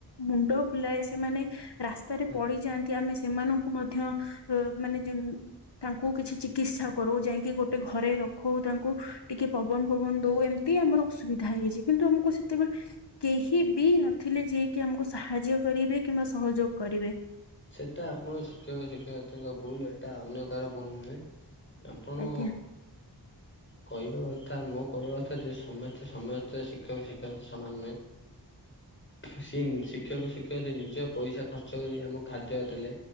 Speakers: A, on the left; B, on the left.
A: ମୁଣ୍ଡ ବୁଲାଏ ସେମାନେ ରାସ୍ତାରେ
B: ହଁ।
A: ପଡିଯାଆନ୍ତି ଆମେ ସେମାନଙ୍କୁ ମଧ୍ୟ ଅ ମାନେ ଯେ ତାଙ୍କୁ କିଛି ଚିକିତ୍ସା କରୁ ଯାଇକି ଗୋଟେ ଘରେ ରଖୁ ତାଙ୍କୁ ଟିକେ ପବନ ଫବନ ଦଉ ଏମିତି ଆମର ଅସୁବିଧା ହେଇଯାଇଛି କିନ୍ତୁ ଆମକୁ ସେତେବେଳେ କେହି ବି ନଥିଲେ ଯିଏକି ଆମକୁ ସାହାଯ୍ୟ କରିବେ କିମ୍ବା ସହଯୋଗ କରିବେ।
B: ସେଇଟା ଆପଣ ଶିକ୍ଷକ ଶିକ୍ଷୟତ୍ରୀ ଭୁଲ ଏଟା ଅନ୍ୟ କାହାର ଭୁଲ ନୁହେଁ। ଆପଣ
A: ଆଜ୍ଞା
B: କହିବା କଥା ମୋ କହିବା କଥା ଯେ ସମସ୍ତେ ସମସ୍ତେ ଶିକ୍ଷକ ଶିକ୍ଷୟ ସମାନ ନୁହେଁ। ସିଏ ଶିକ୍ଷକ ଶିକ୍ଷୟତ୍ରୀ ନିଜ ପଇସା ଖର୍ଚ୍ଚ କରି ଆମକୁ ଖାଦ୍ୟ ଦେଲେ।